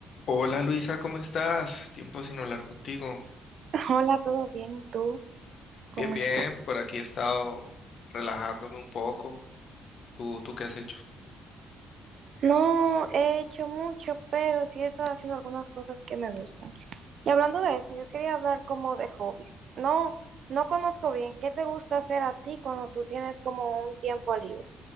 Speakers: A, on the left; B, on the right.
A: Hola Luisa, ¿cómo estás? Tiempo sin hablar contigo.
B: Hola, ¿todo bien? ¿Tú cómo
A: Bien, bien,
B: estás?
A: por aquí he estado relajándome un poco. ¿Tú, tú qué has hecho?
B: No he hecho mucho, pero sí he estado haciendo algunas cosas que me gustan. Y hablando de eso, yo quería hablar como de hobbies. No, no conozco bien qué te gusta hacer a ti cuando tú tienes como un tiempo libre.